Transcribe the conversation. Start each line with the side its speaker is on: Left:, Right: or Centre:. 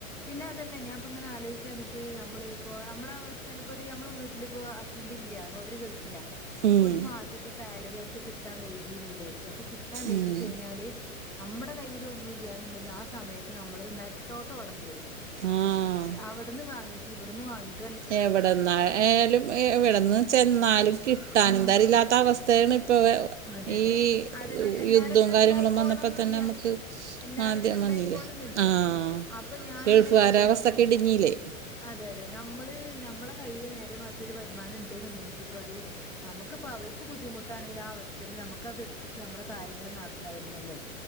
Centre: പിന്നെ അതല്ല ഞാപ്പ ഇങ്ങെ ആലോയ്ക്കാറ്ന്നു. ട്ട് നമ്മള ഇപ്പോ നമ്മളെ അവസ്ഥേന പ്പോ ഒരു നമ്മളെ വീട്ടില് പ്പോ ഹസ്ബന്റ് ഇല്ല അവര് ഗൾഫിലാ അപ്പൊ
Right: ഉം
Centre: ഒരു മാസത്തെ സാലറി അവർക്ക് കിട്ടാൻ വൈകിന്ന് വിചാരിക്ക അപ്പൊ കിട്ടാൻ വൈകി
Right: ഉം
Centre: കഴിഞ്ഞാല് നമ്മടെ കയ്ൽ ഒന്നുംല്ല്യന്ന്ണ്ടെങ്കി ആ സമയത്ത് നമ്മള് നെട്ടോട്ടംഓടണ്ടിവരും.
Right: ആഹ്
Centre: അവിടുന്ന് വാങ്ങിട്ട് ഇവിടുന്ന് വാങ്ങിട്ട്
Right: എവിടന്നായാലും എവിടെന്ന് ചെന്നാലും കിട്ടാനുംന്താരില്ലാത്ത
Centre: ഉം
Right: അവസ്ഥ താണ് ഇപ്പൊവേ
Centre: അതെ
Right: ഈ
Centre: അതെ അതന്നെ എല്ലാരടുത്തും
Right: യുദ്ധും കാര്യങ്ങളും
Centre: ഉണ്ടായിക്കോളണംന്നുല്ല
Right: മന്നപ്പോ തന്നെ നമുക്ക്
Centre: എല്ലാരടുത്തും
Right: മാദ്യ്യം
Centre: ഉണ്ടായിക്കോളണംന്നില്ല
Right: വന്നില്ല ആഹ
Centre: അപ്പൊ ഞാനിങ്ങനെ
Right: ഗൾഫ് കാരാവസ്ഥ
Centre: വിചാരിക്കും
Right: ഒക്കെ ഇടിഞ്ഞല്ലേ
Centre: അതെ അതെ നമ്മള് നമ്മളെ കയ്യില് നേരെ മർച്ച് ഒരു വരുമാനംണ്ട് ന്ന്ണ്ടെങ്കിൽ ഇപ്പത് നമുക്ക്പ്പ അവര്ക്ക് ബുദ്ധിമുട്ടാണെങ്കിൽ ആ അവസ്ഥ നമുക്കത് ഇട്ത്തിട്ട് നമ്മളെ കാര്യങ്ങൾ നടത്തായിരുന്നല്ലോ?